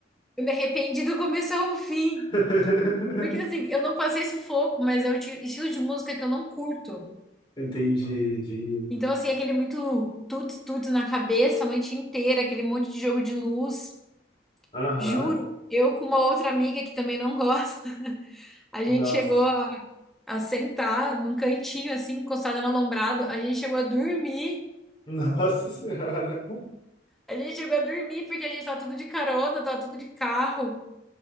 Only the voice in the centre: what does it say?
eu me arrependi do começo ao fim.
Porque assim, eu não passei sufoco, mas é o ti- estilo de música que eu não curto.
Então, assim, aquele muito tuts tuts na cabeça a noite inteira, aquele monte de jogo de luz.
Juro, eu com uma outra amiga que também não gosta, <laughs> a gente
chegou a, a sentar num cantinho, assim, encostada no alombrado, a gente chegou a dormir.
A gente chegou a dormir porque a gente tava tudo de carona, tava tudo de carro.